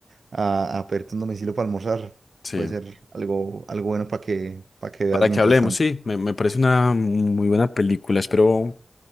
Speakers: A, on the right; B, on the left.
A: a, a pedirte un domicilio para almorzar,
B: Sí.
A: puede ser algo, algo bueno para que, para que veas
B: Para
A: mientras
B: que hablemos,
A: tanto.
B: sí. Me, me parece una muy buena película. Espero